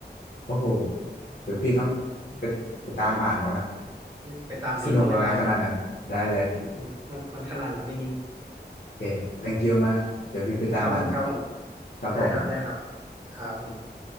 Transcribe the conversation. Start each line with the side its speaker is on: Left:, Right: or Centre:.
Left: โอ้โหเดี๋ยวพี่ต้องไปไปตามอ่านบ้างละ
Right: ไปตามพี่ต้องไปตาม
Left: สนุกอะไรขนาดนั้นได้เลย
Right: มันมันมันขนาดนั้นจริง
Left: โอเค thank you มากเดี๋ยวพี่ไปตามอ่าน
Right: ๆครับผมครับผม
Left: ครับผม
Right: ได้ครับได้ครับครับผม